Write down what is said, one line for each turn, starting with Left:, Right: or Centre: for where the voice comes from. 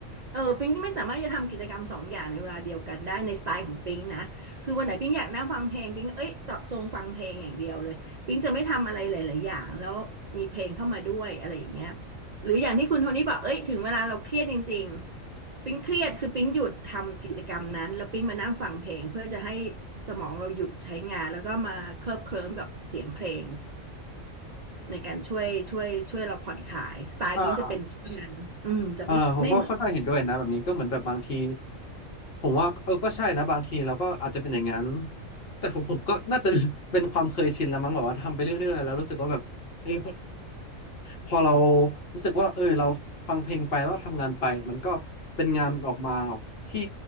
Right: เออปิงไม่สามารถจะทำกิจกรรมสองอย่างในเวลาเดียวกันได้ในสไตล์ของปิงนะคือวันไหนปิงอยากนั่งฟังเพลงปิงเอ้ยเจาะจงฟังเพลงอย่างเดียวเลยปิงจะไม่ทำอะไรหลายๆอย่างแล้วมีเพลงเข้ามาด้วยอะไรอย่างเงี้ย หรืออย่างที่คุณโทนี่บอกเอ้ยถึงเวลาเราเครียดจริงๆปิ๊งเครียดคือปิ๊งหยุดทำกิจกรรมนั้นแล้วปิ๊งมานั่งฟังเพลงเพื่อจะให้สมองเราหยุดใช้งานแล้วก็มาเคลิบเคลิ้มกับเสียงเพลงในการช่วยช่วยช่วยเราผ่อนคลายสไตล์ปิ๊งจะเป็นเช่นนั้นอืมจะไม่ไม่เหมือน
Left: อ่า เออผมก็ค่อนข้างเห็นด้วยนะแบบนี้ก็เหมือนแบบบางทีผมว่าเออก็ใช่นะบางทีเราก็อาจจะเป็นอย่างนั้นแต่ของผมก็น่าจะ <laughs> เป็นความเคยชินแล้วมั้งแบบว่าทำไปเรื่อยๆแล้วรู้สึกว่าแบบเออ พอเรารู้สึกว่าเออเราฟังเพลงไปแล้วเราทำงานไปมันก็เป็นงานออกมาที่